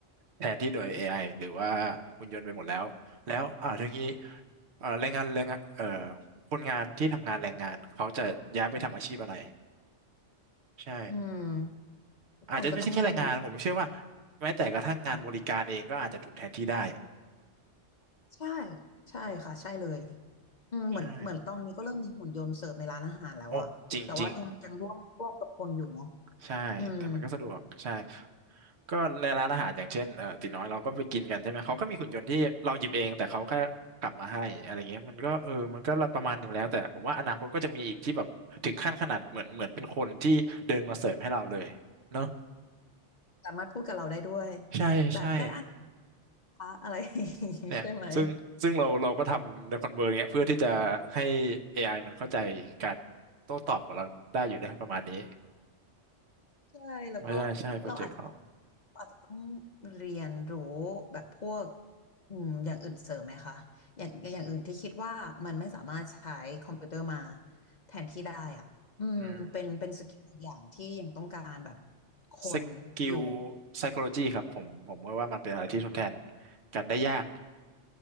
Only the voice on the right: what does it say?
แทนที่โดย AI หรือว่าหุ่นยนต์ไปหมดแล้วแล้วอ่าทีนี้เอ่อแรงงานแรงงานเอ่อคนงานที่ทำงานแรงงานเขาจะย้ายไปทำอาชีพอะไรใช่
อาจจะไม่ใช่แค่แรงงานผมเชื่อว่าแม้แต่กระทั่งงานบริการเองก็อาจจะถูกแทนที่ได้
อืม
ใช่โอ้จริงจริงใช่แต่มันก็สะดวกใช่
ก็ในร้านอาหารอย่างเช่นเอ่อตีน้อยเราก็ไปกินกันใช่ไหมเขาก็มีหุ่นยนต์ที่เราหยิบเองแต่เขาแค่กลับมาให้อะไรเงี้ยมันก็เออมันก็ประมาณหนึ่งแล้วแต่ผมว่าอนาคตก็จะมีอีกที่แบบถึงขั้นขนาดเหมือนเหมือนเป็นคนที่เดินมาเสิร์ฟให้เราเลยเนาะ
ใช่ใช่
เนี่ยซึ่งซึ่งเราเราก็ทำในคอนเวอร์เงี้ยเพื่อที่จะให้
AI มันเข้าใจการโต้ตอบกับเราได้อยู่นะประมาณนี้
ใช่ใช่โปรเจกต์เรา
อืม
สกิล psychology ครับผมผมว่าว่ามันเป็นอะไรที่ทดแทนกันได้ยาก